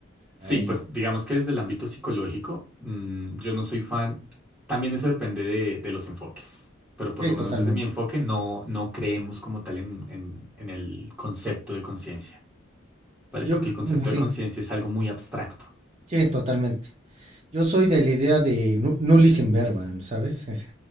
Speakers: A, in the centre; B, on the right.
A: Sí,
B: A ello.
A: pues digamos que desde el ámbito psicológico, mm, yo no soy fan. También eso depende de, de los enfoques, pero por
B: Sí,
A: lo menos
B: totalmente.
A: desde mi enfoque no, no creemos como tal en, en- en el concepto de conciencia, ¿vale?
B: Yo,
A: Porque el concepto
B: mm, sí,
A: de conciencia es algo muy abstracto.
B: sí, totalmente. Yo soy de la idea de nu- nullis in verba, ¿no ¿sabes? Es